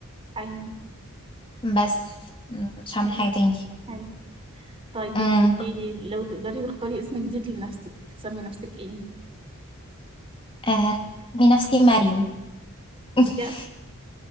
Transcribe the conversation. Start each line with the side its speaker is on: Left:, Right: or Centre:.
Right: ايوه
Left: بس م- مش
Right: حلو
Left: هعمل حاجة تاني
Right: حلو طيب
Left: امم
Right: قولي لي لو تقدري تختاري اسم جديد لنفسك تسمي نفسك ايه؟
Left: آه بنفسي مريم
Right: بجد؟
Left: <laughs>